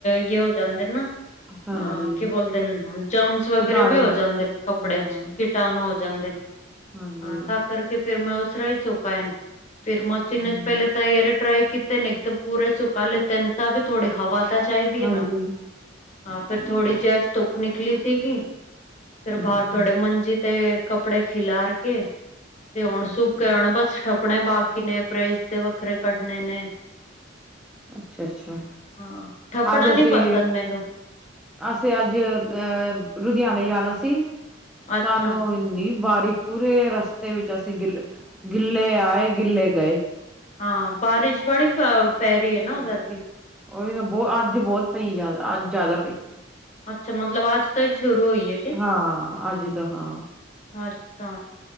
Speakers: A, on the left; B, in the centre.
A: ਜੇ ਹੋ ਜਾਂਦੇ ਨਾ।
B: ਹਾਂਜੀ
A: ਅ ਕੀ ਬੋਲਦੇ ਨੇ ਜਮਸ ਵਗੈਰਾ
B: ਕੀਟਾਣੂ
A: ਵੀ ਹੋ ਜਾਂਦੇ ਨੇ ਕੱਪੜਿਆਂ
B: ਹਾਂ
A: ਚ ਕੀ ਟਾਨੂੰ ਹੋ ਜਾਂਦੇ ਨੇ,
B: ਹਾਂਜੀ
A: ਹਾਂ ਤਾਂ ਕਰਕੇ ਫੇਰ ਮੈਂ ਉਸ ਤਰਾਂ ਈ ਸੋਕਾ ਏਨੂੰ। ਫਿਰ ਮਸ਼ੀਨਾਂ
B: ਹੂੰ
A: ਇਚ ਪੈਲੇ ਤਾਂ ਏਅਰ ਟਰਾਏ ਕੀ ਤੇ ਨ ਇੱਕਦਮ ਪੂਰੇ ਸੁਕਾਲੇ ਤਿੰਨ ਤਾਂ ਵੀ ਥੋੜੀ ਹਵਾ ਤਾਂ ਚਾਈਦੀ
B: ਹਾਂਜੀ
A: ਐ ਨਾ। ਹਾਂ ਫਿਰ ਥੋੜੀ ਜੀ ਅੱਜ ਧੁੱਪ ਨਿਕਲੀ ਸੀਗੀ ਫਿਰ
B: ਹੂੰ
A: ਬਾਰ ਥੋੜੇ
B: ਹੂੰ
A: ਮੰਜੀ ਤੇ ਕੱਪੜੇ ਖਿਲਾਰ ਕੇ ਤੇ ਹੁਣ ਸੁੱਕ
B: ਅੱਛਾ
A: ਹੁਣ ਬਸ ਠੱਪਣੇ ਬਾਕੀ ਨੇ‌ ਪ੍ਰੈਸ ਤੇ ਵੱਖਰੇ ਕੱਢਨੇ ਨੇ।
B: ਅੱਛਾ ਅੱਛਾ
A: ਹਾਂ ਠੱਪਣਾ
B: ਅੱਜ
A: ਨੀ
B: ਅਸੀਂ
A: ਪਸੰਦ ਮੈਨੂੰ।
B: ਅਸੀਂ ਅੱਜ ਅ ਲੁਧਿਆਣੇ ਜਾਣਾ ਸੀ,
A: ਅੱਛਾ
B: ਸਾਨੂੰ ਏਨੀ ਬਾਰਿਸ਼ ਪੂਰੇ ਰਸਤੇ ਵਿੱਚ ਅਸੀਂ ਗਿੱਲ ਗਿੱਲੇ ਆਏ, ਗਿੱਲੇ ਗਏ।
A: ਹਾਂ ਬਾਰਿਸ਼ ਬੜੀ ਪ ਪੈ ਰੀ ਏ ਨਾ
B: ਹੂੰ
A: ਉਧਰ ਵੀ।
B: ਉਹੀ ਨਾ ਬੋ ਅੱਜ ਬੋਤ ਪਈ ਜਿਆਦਾ ਅੱਜ ਜਿਆਦਾ ਪਈ।
A: ਅੱਛਾ ਮਤਲਬ ਅੱਜ ਤੋਂ ਹੀ ਸ਼ੁਰੂ ਹੋਈ ਏ ਕਿ?
B: ਹਾਂ ਅੱਜ ਤੋਂ ਹਾਂ
A: ਅੱਛਾ